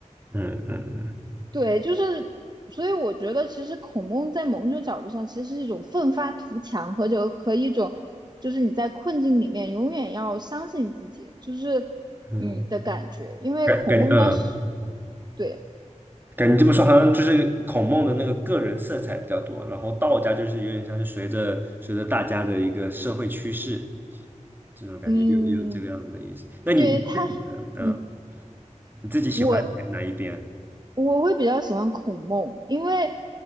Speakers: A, on the right; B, on the right.
A: 嗯嗯嗯
B: 对，就是，所以我觉得其实孔孟在某种角度上其实是一种奋发图强和就和一种，就是你在困境里面永远要相信自己，就是嗯的感觉。
A: 嗯，
B: 因为孔孟当时
A: 感感嗯，
B: 对，
A: 感觉这么说好像就是孔孟的那个个人色彩比较多，然后道家就是有点像是随着随着大家的一个社会趋势，这种感觉又有这个样子的意思。
B: 嗯，
A: 那你自己呢？
B: 对他，
A: 嗯，
B: 嗯，
A: 你自己喜欢哪一边？
B: 我我会比较喜欢孔孟，因为，